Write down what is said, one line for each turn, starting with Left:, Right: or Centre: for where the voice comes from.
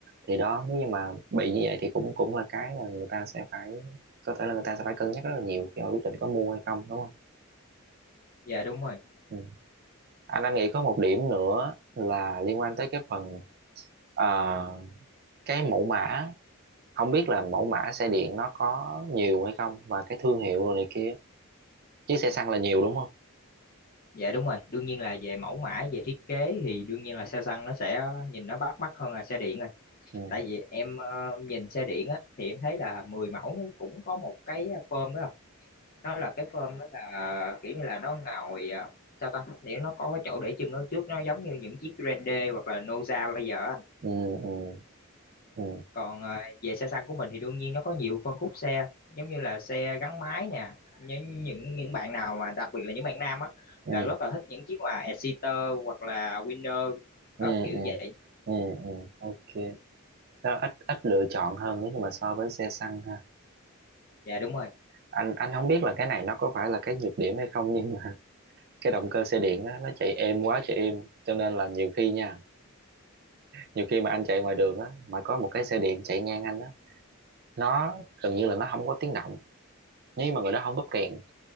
Right: thì đó nếu như mà bị như vậy thì cũng cũng là cái mà người ta sẽ phải có thể là người ta sẽ phải cân nhắc rất là nhiều khi mà quyết định có mua hay không đúng không
Left: Dạ đúng rồi.
Right: ừ. anh anh nghĩ có một điểm nữa là liên quan tới cái phần ờ, cái mẫu mã không biết là mẫu mã xe điện nó có nhiều hay không và cái thương hiệu rồi này kia chứ xe xăng là nhiều đúng không
Left: Dạ đúng rồi, đương nhiên là về mẫu mã, về thiết kế thì đương nhiên là xe xăng nó sẽ nhìn nó bắt mắt hơn là xe điện rồi.
Right: ừ
Left: Tại vì em ờ, nhìn xe điện á thì em thấy là 10 mẫu nó cũng có một cái phơm đó. Đó là cái phơm đó là kiểu như là nó ngồi ờ, sao ta, thì nó có cái chỗ để chân ở trước nó giống như những chiếc Grande hoặc là Noza bây giờ á
Right: ừ ừ ừ
Left: còn ờ, về xe xăng của mình thì đương nhiên nó có nhiều phân khúc xe giống như là xe gắn máy nè những những những bạn nào mà đặc biệt là những bạn nam á
Right: ừ
Left: là rất là thích những chiếc là Exciter hoặc là Winner
Right: ừ
Left: đó kiểu
Right: ừ
Left: vậy
Right: ừ ừ ừ, ok nó ít ít lựa chọn hơn nếu như mà so với xe xăng ha
Left: dạ đúng rồi
Right: anh anh không biết là cái này nó có phải là cái nhược điểm hay không nhưng mà <laughs> cái động cơ xe điện á, nó chạy êm quá chạy êm cho nên là nhiều khi nha nhiều khi mà anh chạy ngoài đường á mà có một cái xe điện chạy ngang anh á nó gần như là nó không có tiếng động nhưng mà người đó không bóp kèn